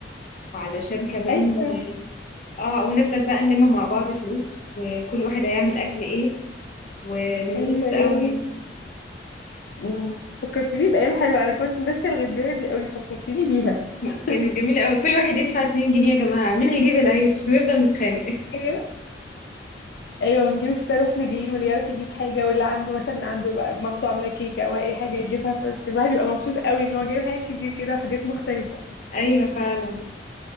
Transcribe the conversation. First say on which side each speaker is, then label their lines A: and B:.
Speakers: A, on the left; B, on the left.
A: وعلشان كمان
B: <laughs> ايوه
A: اه ونفضل بقى نلم مع بعض فلوس وكل واحد هيعمل اكل ايه وننبسط
B: ايوه يا
A: قوي
B: امم فكرتيني بايام حلوه انا كنت ناسيه الغدايه دي قوي فكرتيني بيها
A: <laughs>
B: <laughs>
A: كانت جميلة قوي كل واحد يدفع 2 جنيه يا جماعة مين هيجيب العيش ونفضل نتخانق <laughs>
B: ايوه ايوه ونجيب الفطار واحنا جايين واللي يعرف يجيب حاجه واللي عنده مثلا عنده بقى مامته عامله كيكه او اي حاجه يجيبها فكان الواحد بيبقى مبسوط قوي ان هو جايب حاجات كتير كده وحاجات مختلفه
A: ايوه فعلا